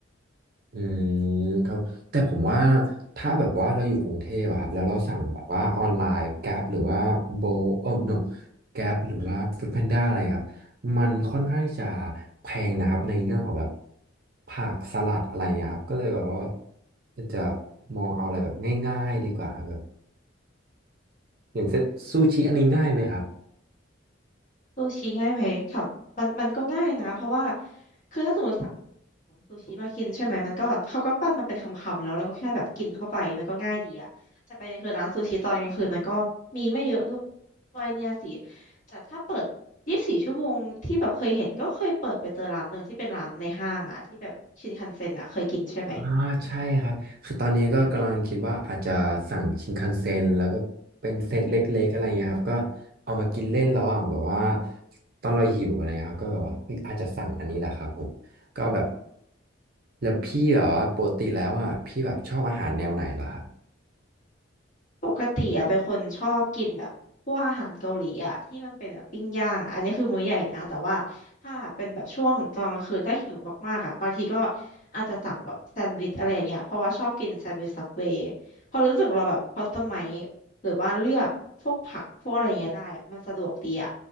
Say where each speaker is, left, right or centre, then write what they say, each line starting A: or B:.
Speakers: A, on the right; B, on the left.
A: อืมครับแต่ผมว่าถ้าแบบว่าเราอยู่กรุงเทพอะครับแล้วเราสั่งแบบว่าออนไลน์ Grab หรือว่าโบโอ้ no Grab หรือว่า f o o d พ a n ้าอะไรครับมันค่อนข้างจะแพงนะครับในเรื่องของแบบผักสลัดอะไรอย่างเงี้ยครับก็เลยแบบว่าจะมองเอาอะไรแบบง่ายๆดีกว่าครับแบบอย่างเซตซูชิอันนี้ง่ายไหมครับ
B: ซูชิง่ายไหมถามมันมันก็ง่ายนะเพราะว่าคือถ้าสมมติสั่งซูชิมากินใช่ไหมมันก็เขาก็ปั้นมันเป็นคำๆแล้วเราก็แค่แบบกินเข้าไปมันก็ง่ายดีอะแต่ประเด็นคือร้านซูชิตอนกลางคืนมันก็มีไม่เยอะด้วยเนี่ยสิแต่ถ้าเปิดยี่สิบสี่ชั่วโมงที่แบบเคยเห็นก็เคยเปิดไปเจอร้านหนึ่งที่เป็นร้านในห้างอะที่แบบชินคันเซ็นอะเคยกินใช่ไหม
A: อ่าใช่ครับคือตอนนี้ก็กำลังคิดว่าอาจจะสั่งชินคันเซ็นแล้วก็เป็นเซตเล็กๆอะไรเงี้ยครับก็เอามากินเล่นระหว่างแบบว่าตอนเราหิวอะไรเงี้ยครับก็แบบว่าเอ้ยอาจจะสั่งอันนี้แหละครับผมก็แบบแล้วพี่แบบว่าปกติแล้วอ่ะพี่แบบชอบอาหารแนวไหนเหรอครับ
B: ปกติอะเป็นคนชอบกินแบบพวกอาหารเกาหลีอะที่มันเป็นแบบปิ้งย่างอะอันนี้คือมื้อใหญ่นะแต่ว่าถ้าเป็นแบบช่วงกลางคืนถ้าหิวมากๆอะบางทีก็อาจจะสั่งแบบแซนด์วิชอะไรอย่างเงี้ยเพราะว่าชอบกินแซนด์วิชซับเวย์พอรู้สึกเราแบบคัสตอมไมซ์หรือว่าเลือกพวกผักพวกอะไรเงี้ยได้อะมันสะดวกดีอะ